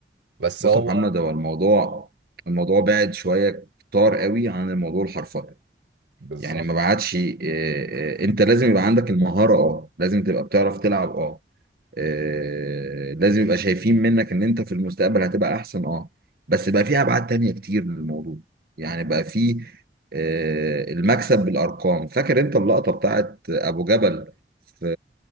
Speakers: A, on the right; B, on the right.
A: بس
B: بص
A: هو
B: يا محمد هو الموضوع الموضوع بعد شويه كتار قوي عن الموضوع الحرفي
A: بالظبط
B: يعني ما بعدش إيه، إيه، انت لازم يبقى عندك المهاره اه لازم تبقى بتعرف تلعب اه آه، لازم يبقى شايفين منك ان انت في المستقبل هتبقى احسن اه بس بقى في ابعاد تانية كتير للموضوع يعني بقى في آه، المكسب بالارقام فاكر انت اللقطة بتاعت ابو جبل في